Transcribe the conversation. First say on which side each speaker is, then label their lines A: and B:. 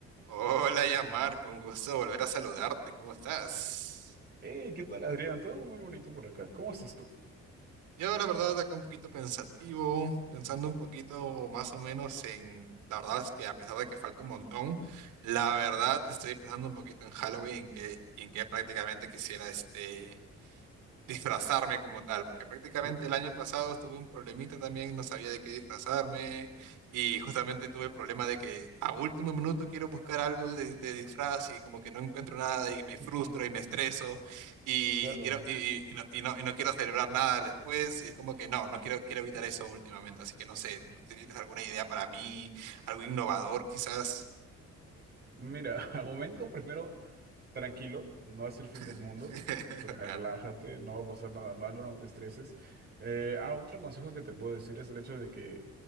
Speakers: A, on the right (about 90°); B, on the right (about 35°).
A: Hola, Yamar, con gusto de volver a saludarte. ¿Cómo estás?
B: Hey, ¿qué tal, Adrián? Todo muy bonito por acá. ¿Cómo estás tú?
A: Yo, la verdad, acá un poquito pensativo, pensando un poquito más o menos en... La verdad es que a pesar de que falta un montón, la verdad estoy pensando un poquito en Halloween, en que, en que prácticamente quisiera este... disfrazarme como tal, porque prácticamente
B: Uh,
A: el año pasado tuve un problemita también, no sabía de qué disfrazarme y justamente tuve el problema de que a último minuto quiero buscar algo de, de disfraz y como que no encuentro nada y me frustro
B: ujú,
A: y me estreso y
B: Claro.
A: quiero y, y- y no, y no- y no quiero celebrar nada después y es como que no, no quiero quiero evitar eso últimamente, así que no sé, si tienes alguna idea para mí, algo innovador quizás.
B: Mira, <laughs> al momento primero, tranquilo, no es el fin del
A: <laughs>
B: mundo. tra-
A: Claro,
B: Relájate, no va a pasar nada malo, no te estreses. Eh, ah, otro consejo que te puedo decir es el hecho de que,